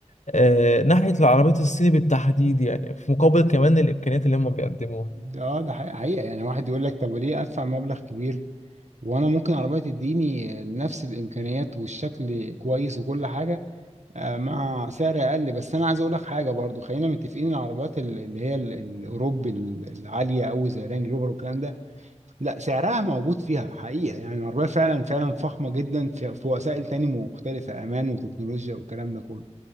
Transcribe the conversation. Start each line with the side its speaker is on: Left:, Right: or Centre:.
Left: آه ناحية العربيات الصيني بالتحديد يعني في مقابل كمان الامكانيات اللي هم بيقدموها
Right: ده ده حقيقة حقيقة يعني واحد يقول لك طب ليه ادفع مبلغ كبير وانا ممكن عربية تديني نفس الامكانيات والشكل كويس وكل حاجة آه، مع سعر اقل بس انا عايز اقول لك حاجة برضو خلينا متفقين العربيات ال- اللي هي ال- الاوروبي ال- العالية قوي زي رانج روفر والكلام ده لا سعرها موجود فيها حقيقة يعني العربية فعلا فعلا فخمة جدا في في وسائل تاني مختلفة امان وتكنولوجيا والكلام ده كله